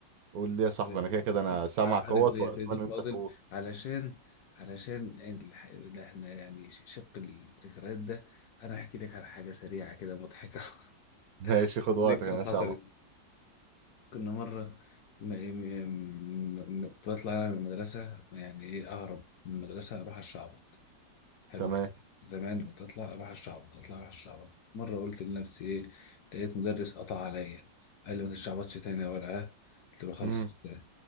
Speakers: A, on the right; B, on the left.
A: قول لي يا
B: عارف,
A: صاحبي انا كده كده انا سامعك
B: عارف
A: اهوت
B: ليه
A: واتمنى
B: يا سيد الفاضل؟
A: انت تقول
B: علشان علشان يعني الح... ده احنا يعني ش- شق الذكريات ده أنا هحكي لك عن حاجة سريعة كده مضحكة <laughs>
A: <laughs> ماشي خد
B: ذكرى
A: وقتك انا
B: حصلت
A: سامعك
B: كنا مرة م... م... م... م- كنت بطلع أنا من المدرسة يعني إيه أهرب من المدرسة أروح على الشعب حلو
A: تمام
B: زمان كنت اطلع اروح الشعبط اطلع اروح الشعبط مره قلت لنفسي ايه لقيت مدرس قطع عليا قال لي ما تشعبطش تاني يا ورقه قلت له خلص
A: امم
B: يا أستاذ.